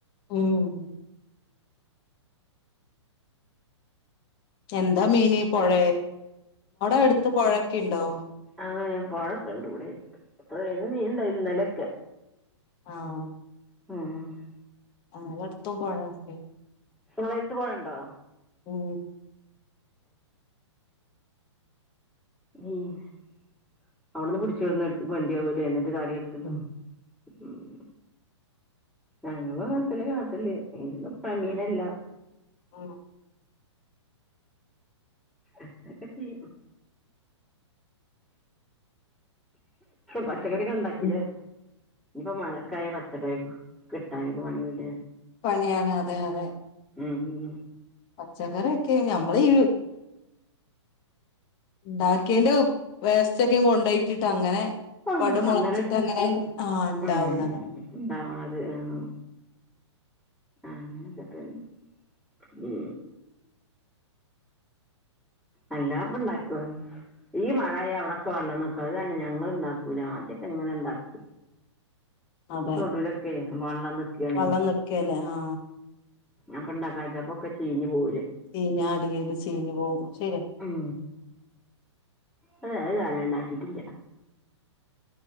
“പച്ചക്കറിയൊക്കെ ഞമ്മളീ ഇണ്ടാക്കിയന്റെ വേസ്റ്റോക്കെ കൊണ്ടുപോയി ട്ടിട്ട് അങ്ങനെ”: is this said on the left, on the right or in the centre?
Left